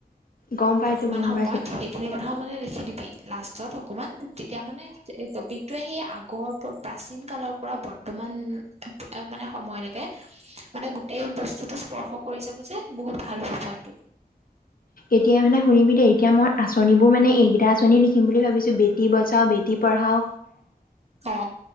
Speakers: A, on the left; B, on the right.
A: গম পাইছোঁ,
B: বৰ্তমান
A: গম
B: সময়ত
A: পাইছোঁ।
B: সেইখিনি কথাও মানে লিখি দিবি লাষ্টত অকমান, তেতিয়া মানে এই টপিকটোৱে সি, আগৰ প্ৰাচীন কালৰ পৰা বৰ্তমান মানে, সময়লৈকে মানে, গোটেই বস্তুটো স্পৰ্শ কৰি যাব যে বহুত ভাল হ'ব পইণ্টো।
A: এতিয়াাই মানে শুনিবি দেই, এতিয়া মই আঁচনিবোৰ মানে, এইকেইটা আঁচনি লিখিম বুলি ভাবিছোঁ, বেটি বচাও, বেটি পঢ়াও।
B: অ'।